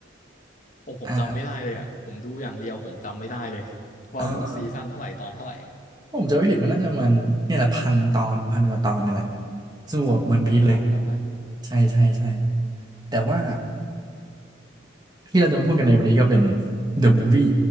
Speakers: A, on the left (about 40°); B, on the right (about 20°).
A: โอ้ผมจำไม่ได้เลยอ่ะผมดูอย่างเดียวผมจำไม่ได้เลย
B: อ่าเออเออ
A: ว่ามันซีซั่นเท่าไหร่ตอนเท่าไหร่
B: ผมจำไม่ผิดมันน่าจะมันเนี่ยแหละพันตอนพันกว่าตอนนี่แหละ สู้กับวันพีซเลย
A: เป็นพันแล้วนะ
B: ใช่ใช่ใช่แต่ว่า ที่เราจะมาพูดกันในวันนี้ก็เป็น The Movie